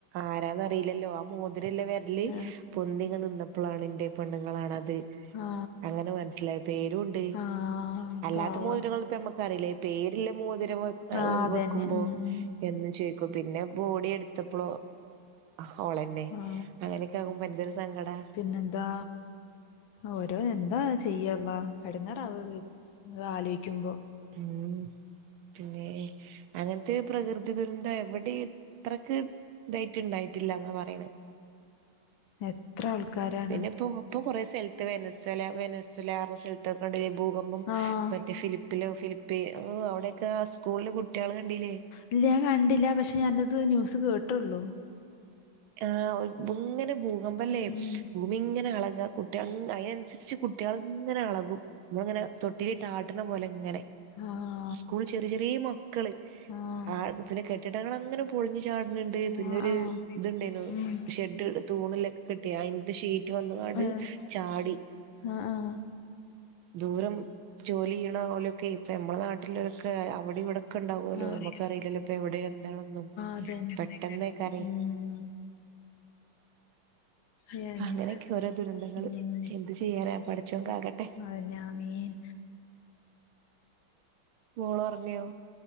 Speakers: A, on the right; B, on the left.
A: ആരാന്നറിയില്ലല്ലോ ആ മോതിരൊള്ള വെരല്
B: ആ
A: പൊന്തിങ്ങെ നിന്നപ്പളാണെൻ്റെ പെണ്ണുങ്ങളാണത്
B: ആ
A: അങ്ങനെ മനസിലായി പേരും ഉണ്ട്
B: ആ
A: അല്ലാത്ത
B: പാവം
A: മോതിരങ്ങളിപ്പം നമ്മക്കറിയില്ല പേരിള്ള മോതിരം വെ
B: ആ അതന്നെ
A: വെക്കുമ്പോ
B: ഉം ഉം
A: എന്നും ചോയ്ക്കും പിന്നെ ബോഡി എടുത്തപ്പളോ ഹ ഓളന്നെ
B: ആ
A: അങ്ങനെയൊക്കെ ആകുമ്പ എന്തൊരു സങ്കടാ
B: പിന്നെന്താ ഓരോ എന്താ ചെയ്യാ അള്ളാ എടങ്ങേറാവുവേ അതാലോയിക്കുമ്പോ
A: ഉം പിന്നേ അങ്ങനത്തെ പ്രകൃതി ദുരന്തം എവിടെ എത്രക്ക് ഇതായിട്ടുണ്ടായിട്ടില്ലാന്നാ പറയണെ
B: എത്രാൾക്കാരാണ്
A: പിന്നെ ഇപ്പൊ ഇപ്പൊ കുറേ സ്ഥലത്ത് വെരനാച്ചാലെ ല വെനസലറ സ്ഥലത്തോക്കണ്ട ഭൂകമ്പം
B: ആഹ്
A: മറ്റേ ഫിലിപ്പ് ഫിലോ ഫിലിപ്പിയെ ഓഹ് അവിടൊക്കെ സ്കൂളിലെ കുട്ടികളെ കണ്ടീല്ലേ
B: ഇല്ല ഞാൻ കണ്ടില്ല പക്ഷെ ഞാനത് ന്യൂസ് കേട്ടുള്ളൂ
A: ആഹ് ഇങ്ങനെ ഭൂകമ്പല്ലേ
B: ഉം
A: ന്നിങ്ങനളക കുട്ടിക അതിനനുസരിച്ച് കുട്ടികൾ ഇങ്ങനെ എളകും ന്നിങ്ങനെ തൊട്ടി ഇട്ടാട്ടണ പോലെ ഇങ്ങനെ
B: ആഹ്
A: സ്കൂൾ ചെറിയ ചെറിയ മക്കള്
B: ആഹ്
A: ഹ് പിന്നെ കെട്ടിടങ്ങളങ്ങനെ പൊളിഞ്ഞു ചാടുന്നുണ്ട് പിന്നൊരു
B: ആഹ് ആഹ്
A: ഇതുണ്ടാനു
B: ഉം
A: ഷെഡ് തൂണിലൊക്കെ കെട്ടിയ അയിന്റെ ഷീറ്റ് വന്നാട്
B: ഏഹ്
A: ചാടി
B: ആഹ് ആഹ്
A: ദൂരം ജോലി ചെയ്യണ പോലൊക്കെ ഇപ്പ അമ്മടെ നാട്ടിലൊരൊക്കെ അവിടിവിടൊക്കൊണ്ടാവല്ലോ
B: ആഹ്
A: നമുക്ക് ക്കറിയില്ലല്ലോ ഇപ്പ എവിടെന്താണന്നും
B: അതന്നെ
A: പെട്ടെന്നേ കറി
B: ഉം എന്ത്
A: അങ്ങനെയൊക്കെ ഓരോ ദുരന്തങ്ങള്
B: ഉം
A: എന്ത് ചെയ്യാനാ പടച്ചൊൻ കാക്കട്ടെ
B: അന്നെ ആമീൻ
A: മോള ഉറങ്ങിയോ